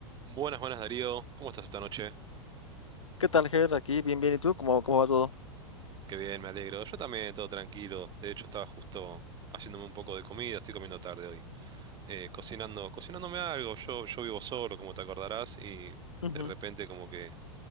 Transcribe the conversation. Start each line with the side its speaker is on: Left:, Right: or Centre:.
Right: Buenas, buenas Darío, ¿cómo estás esta noche?
Left: ¿Qué tal, Ger? Aquí, bien, bien. ¿Y tú? ¿Cómo, cómo va todo?
Right: Qué bien, me alegro. Yo también, todo tranquilo. De hecho, estaba justo haciéndome un poco de comida, estoy comiendo tarde hoy. Eh, cocinando, cocinándome algo. Yo, yo vivo solo, como te acordarás, y
Left: Ujú,
Right: de repente como que